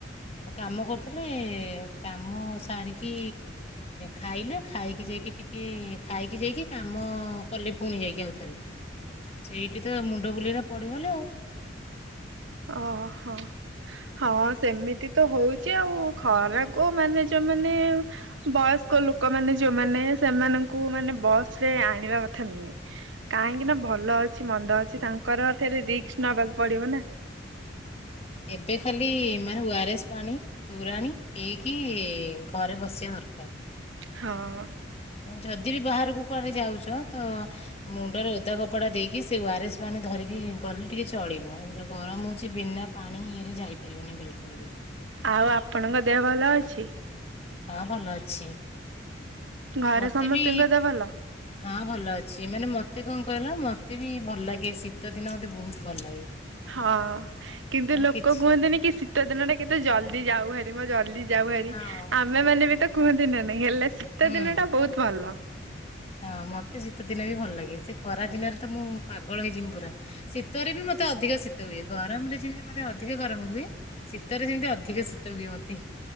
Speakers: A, on the left; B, on the right.
A: ତ କାମ କରୁଥିଲେ କାମ ସାରିକି ଖାଇଲେ ଖାଇକି ଯାଇକି ଟିକେ ଖାଇକି ଯାଇକି କାମ କଲେ ଫୁଣି ଯାଇକି ଆଉ ଥରେ। ସେଇଠିତ ମୁଣ୍ଡ ବୁଲେଇଲା ପଡିଗଲେ ଆଉ।
B: ଅହ। ହଁ ସେମିତି ତ ହୋଉଛି ଆଉ ଖରାକୁ ମାନେ ଯୋଉମାନେ ବୟସ୍କ ଲୋକମାନେ ଯୋଉମାନେ ସେମାନଙ୍କୁ ମାନେ ବସରେ ଆଣିବା କଥା ନୁହେଁ। କାହିଁକି ନା ଭଲ ଅଛି ମନ୍ଦ ଅଛି ତାଙ୍କର ଫେରେ ରିକ୍ସ ନବାକୁ ପଡିବ ନା।
A: ଏବେ ଖାଲି ମାନେ ୱାରେସ୍ ପାଣି, ତୋରାଣୀ ପିଇକି ଘରେ ବସିବା ଦରକାର।
B: ହଁ।
A: ଯଦି ବି ବାହାରକୁ କୁଆଡେ ଯାଉଛ ତ ମୁଣ୍ଡରେ ଓଦା କପଡା ଦେଇକି ସେ ୱାରେସ୍ ପାଣି ଧରିକି ଗଲେ ଟିକେ ଚଳିବ ଯୋଉ ଗରମ ହଉଛି ବିନା ପାଣି ଇଏରେ ଯାଇପାରିବନି ବିଲକୁଲ ବି।
B: ଆଉ ଆପଣଙ୍କ ଦେହ ଭଲ ଅଛି?
A: ହଁ ଭଲ ଅଛି
B: ଘରେ
A: ମତେ
B: ସମସ୍ତଙ୍କ
A: ବି,
B: ଦେହ ଭଲ?
A: ହଁ ଭଲ ଅଛି ମାନେ ମତେ କଣ କହିଲ ମତେ ବି ଭଲ ଲାଗେ ଶୀତ ଦିନ ମତେ ବହୁତ ଭଲ ଲାଗେ।
B: ହଁ କିନ୍ତୁ
A: ହଁ
B: ଲୋକ
A: କିଛି
B: କୁହନ୍ତିନି କି ଶୀତ ଦିନଟା କେତେ ଜଲ୍ଦି ଯାଉ ଭାରି ମ ଜଲଦି ଯାଉ ଭାରି
A: ହଁ
B: ଆମେ ମାନେ ବି ତ କୁହନ୍ତି ନା ନାଇଁ ହେଲେ ଶୀତ
A: ହୁଁ।
B: ଦିନ ଟା ବହୁତ ଭଲ।
A: ହଁ ମତେ ଶୀତ ଦିନେ ବି ଭଲ ଲାଗେ, ସେ ଖରା ଦିନରେ ତ ମୁଁ ପାଗଳ ହେଇଯିବି ପୁରା। ଶୀତରେ ବି ମତେ ଅଧିକ ଶୀତ ହୁଏ ଗରମରେ ଯେମିତି ମତେ ଅଧିକ ଗରମ ହୁଏ ଶୀତରେ ସେମିତି ଅଧିକ ଶୀତ ହୁଏ ମତେ।